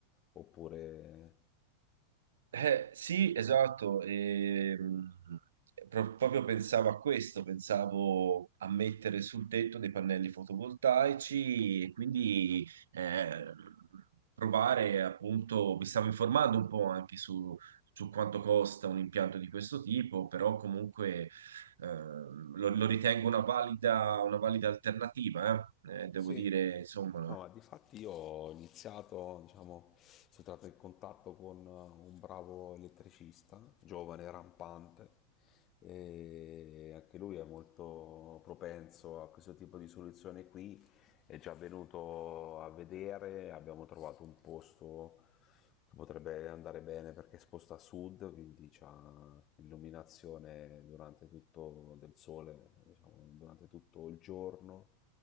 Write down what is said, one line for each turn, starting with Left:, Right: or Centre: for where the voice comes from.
Left: oppure
Right: Eh, sì, esatto, e, mh, pro- proprio pensavo a questo, pensavo a mettere sul tetto dei pannelli fotovoltaici e quindi eh, provare appunto, mi stavo informando un po' anche su, su quanto costa un impianto di questo tipo, però comunque ehm, lo, lo ritengo una valida, una valida alternativa, eh. Eh, devo
Left: Sì,
Right: dire, insomma,
Left: no, difatti io ho iniziato, diciamo, sono entrato in contatto con eh, un bravo elettricista, giovane, rampante, e anche lui è molto propenso a questo tipo di soluzione qui, è già venuto a vedere, abbiamo trovato un posto potrebbe andare bene perché è esposta a sud, quindi c'ha illuminazione durante tutto del sole, diciamo, durante tutto il giorno.